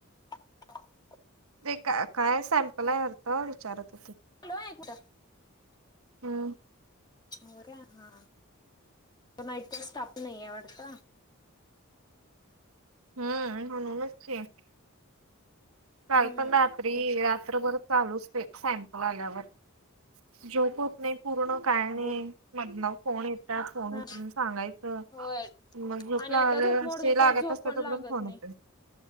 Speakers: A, on the left (about 20°); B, on the right (about 85°).
A: <inaudible>
B: ते का काय सॅम्पल आहे, वाटत विचारत होती.
A: हॅलो एक मिनिटं.
B: हम्म.
A: हो रे हां.. नाईट चा स्टाप नाही आहे वाटत.
B: हम्म. म्हणूनच की, काल
A: हम्म
B: पण रात्री
A: तेच
B: रात्रभर चालूच, ते सॅम्पल आल्यावर. झोप होत नाही पूर्ण काय नाही,
A: हो
B: मदन फोन येतात फोन
A: हा
B: उचलून सांगायचं.
A: होय
B: मग झोप
A: आणि
B: लागत
A: एकदा झोप मोडली तर झोप
B: असते,
A: पण
B: तो
A: लागत
B: परेन फोन
A: नाही.
B: येतोय.